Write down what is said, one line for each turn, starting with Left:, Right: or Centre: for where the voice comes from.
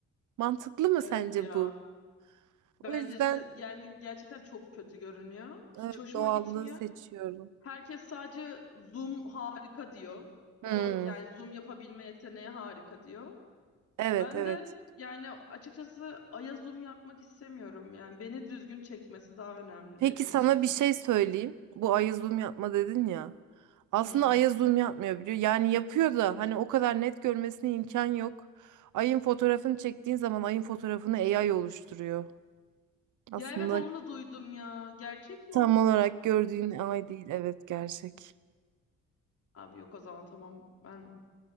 Right: Mantıklı mı
Left: Evet
Right: sence
Left: ya.
Right: bu? O
Left: Bence
Right: yüzden
Left: yani gerçekten çok kötü görünüyor. Hiç
Right: evet,
Left: hoşuma
Right: doğallığı
Left: gitmiyor.
Right: seçiyorum.
Left: Herkes sadece Zoom harika diyor.
Right: Hmm,
Left: O yani Zoom yapabilme yeteneği harika diyor.
Right: Evet,
Left: Ben
Right: evet.
Left: de yani açıkçası Aya Zoom yapmak istemiyorum yani. Beni düzgün çekmesi daha önemli
Right: Peki
Left: benim
Right: sana
Left: için.
Right: bir şey söyleyeyim. Bu aya zoom yapma dedin ya. Aslında
Left: Hı.
Right: aya zoom yapmıyor biliyor. Yani yapıyor da hani o kadar net görmesine imkan yok. Ayın fotoğrafını çektiğin zaman ayın fotoğrafını AI oluşturuyor. Aslında
Left: Ya evet onu da duydum ya. Gerçek mi
Right: tam
Left: o?
Right: olarak gördüğün ay değil. Evet gerçek.
Left: Abi yok o zaman tamam. Ben